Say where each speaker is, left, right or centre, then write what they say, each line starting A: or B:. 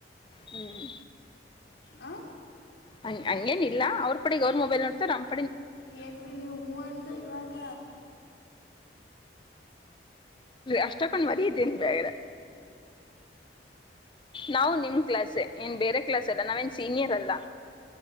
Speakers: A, on the left; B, on the left.
A: ಹ್ಞ
B: ಹ
A: ಹ ಹಂಗೇನ್ ಇಲ್ಲ ಅವ್ರ ಪಡೆಗ್ ಅವ್ರ ಮೊಬೈಲ್ ನೋಡ್ತಾರ ನಮ್
B: ಏನ್ರರಿ ನೀವು್ ಹೂ ಅಂದು ಇವಾಗ
A: ಅಷ್ಟಕ್ಕೊಂಡ್ ಮರಿ ಇದ್ದೇನ್ ಬೇಡೆ ನಾವು ನಿಮ್ ಕ್ಲಾಸ್ ಏನ್ ಬೇರೆ ಕ್ಲಾಸ್ ಅಲ್ಲ ನಾವೇನ್ ಸೀನಿಯರ್ ಅಲ್ಲ